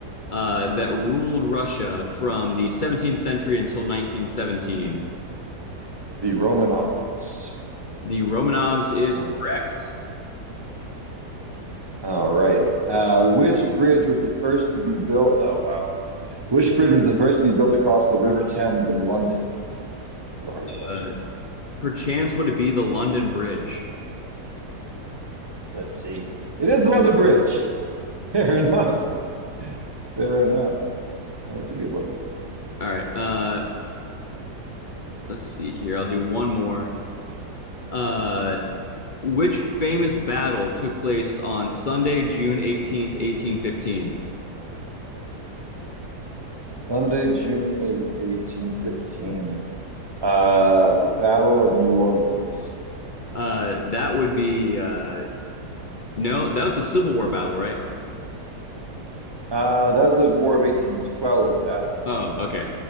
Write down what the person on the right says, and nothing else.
the Romanovs.
Romanovs.
All right. Uh, which bridge was the first to be built? Oh wow. Which bridge was the first to be built across the River Thames in London? This is a hard question.
Let's see. It is the London Bridge. <laughs> Fair enough. <laughs> Fair enough. That's a good one.
Sunday, June 8th, 1815. Uh, the Battle of New Orleans.
Uh, that's the War of 1812 battle.